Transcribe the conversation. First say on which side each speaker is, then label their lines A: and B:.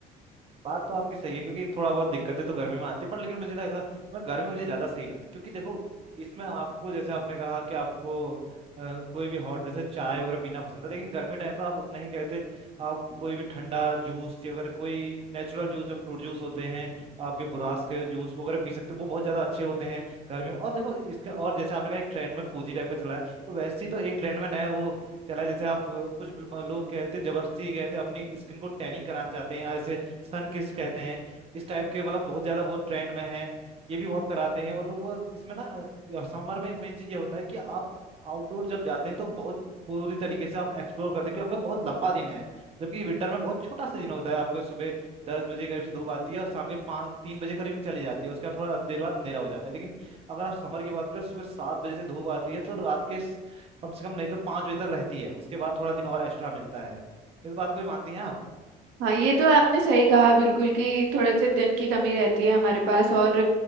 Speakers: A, on the right; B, on the right.
A: बात तो आपकी सही है क्योंकि थोड़ा बहुत दिक्कतें तो गर्मी में आती है पर लेकिन मुझे ना ऐसा मैं गर्मी मुझे ज्यादा सही लगती है क्योंकि देखो इसमें आपको जैसे आपने कहा कि आपको अ, कोई भी हॉट जैसे चाय वगैरह पीना पसंद है लेकिन गर्मी टाइम पर आप उतना ही कहते आप कोई भी ठंडा जूस या अगर कोई नेचुरल जूस जो फ्रूट जूस होते हैं आपके बुरास के जूस वगैरह पी सकते हो वो बहुत ज्यादा अच्छे होते हैं गर्मी में। और देखो इसका और जैसे आपने कहा एक ट्रेंड में कोजी टाइप का चला है तो वैसे ही तो एक ट्रेंड में नया वो चला है जैसे आप अ, कुछ लोग कहते हैं जबरदस्ती कहते हैं अपनी स्किन को टैनिंग कराना चाहते हैं या ऐसे सन किस कहते हैं इस टाइप के मतलब बहुत ज्यादा वो ट्रेंड में है ये भी बहुत कराते हैं और लोग वो इसमें ना समर में मेन चीज ये होता है कि आप आउटडोर जब जाते हैं तो बहुत पूरी तरीके से आप एक्सप्लोर करते हैं क्योंकि आपका बहुत लंबा दिन है जबकि विंटर में बहुत छोटा सा दिन होता है आपके सुबह दस बजे करीब से धूप आती है और शाम के पाँच तीन बजे करीब चली जाती है उसके बाद थोड़ा देर बाद अंधेरा हो जाता है लेकिन अगर आप समर की बात करें सुबह सात बजे से धूप आती है तो रात के स- कम से कम नहीं तो पाँच बजे तक रहती है उसके बाद थोड़ा दिन और एक्स्ट्रा मिलता है इस बात को भी मानती हैं आप
B: हाँ ये तो आपने सही कहा बिल्कुल कि थोड़े से दिन की कमी रहती है हमारे पास और